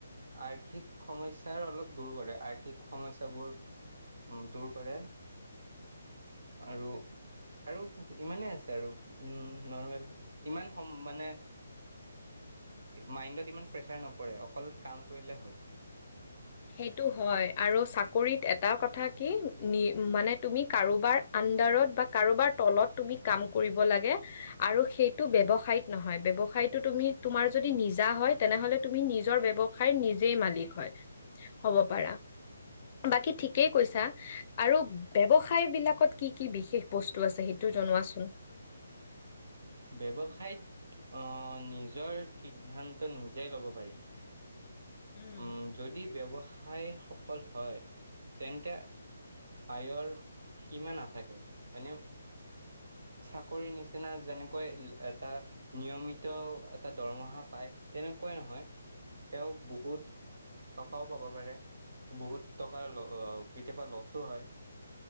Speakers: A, on the right; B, on the left.
A: আৰ্থিক সমস্যাৰ অলপ দূৰ কৰে আৰ্থিক সমস্যাবোৰ। উ দূৰ কৰে আৰু। আৰু ইমানেই আছে আৰু উম নৰ্মেল ইমান সম মানে। মাইণ্ডত ইমান প্ৰেচাৰ নপৰে অকল কাম কৰিলে হ'ল।
B: সেইটো হয় আৰু চাকৰিত এটা কথা কি নি মানে তুমি কাৰোবাৰ আন। বিলদাৰত বা কাৰোবাৰ তলত তুমি কাম কৰিব লাগে আৰু সেইটো ব্যৱসাইত নহয় ব্যৱসায় ব্যৱসায় তুমি তোমাৰ যদি নিজা হয় তেনেহলে তুমি নিজৰ ব্যৱসায় নিজেই মালিক হয়। হব পাৰা। বাকী ঠিকেই কৈছা আৰু ব্যৱসায় বিলাকত কি কি বিশেষ বস্তু আছে সেইটো। জনোৱাছোন।
A: ব্যৱসায়ত। অ নিজৰ সিদ্ধান্ত নিজেই ল'ব পাৰি। ওম
B: উম।
A: যদি ব্যৱসায় সফল হয় তেন্তে। আয়ৰ সীমা নাথাকে মানে। চাকৰিৰ নিচিনা যেনেকৈ এটা নিয়মিত এটা দৰমহা পায়। তেনেকুৱাই নহয় তেওঁক বহুত। টকাও পাব পাৰে বহুত টকা কেতিয়াবা লছো হয়।